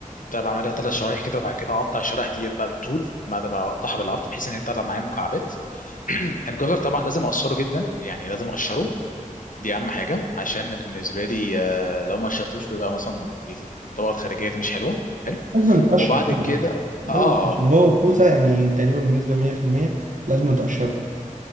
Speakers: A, on the left; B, on the right.
A: بتاع بعملها ثلاث شرايح كده وبعد كده اقطع الشرايح ديت بقى بالطول بعد ما بقطعها بالعرض بحيث ان هي تطلع معايا مكعبات <clears throat> الجزر طبعا لازم اقشره جدا يعني لازم اقشره دي اهم حاجه عشان بالنسبه لي آه، لو ما قشرتوش بيبقى مثلا الطبقه الخارجيه دي مش حلوه حلو
B: لازم نتقشر
A: وبعد
B: طبعا
A: كده
B: لازم
A: اه
B: عشان هو الكوسه يعني تقريبا بنسبه 100% لازم نتقشر